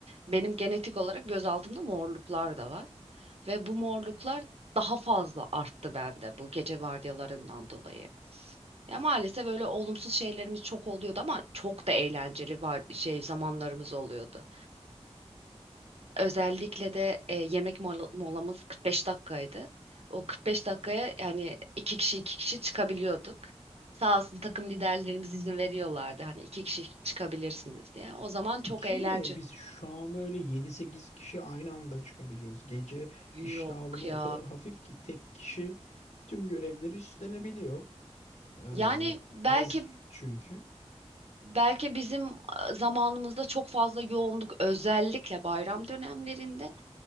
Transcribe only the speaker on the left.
İki
mi? Biz şu an böyle yedi sekiz kişi aynı anda çıkabiliyoruz. Gece iş
dağılımı
o kadar hafif ki tek kişi tüm görevleri üstlenebiliyor. Ee,
az çünkü.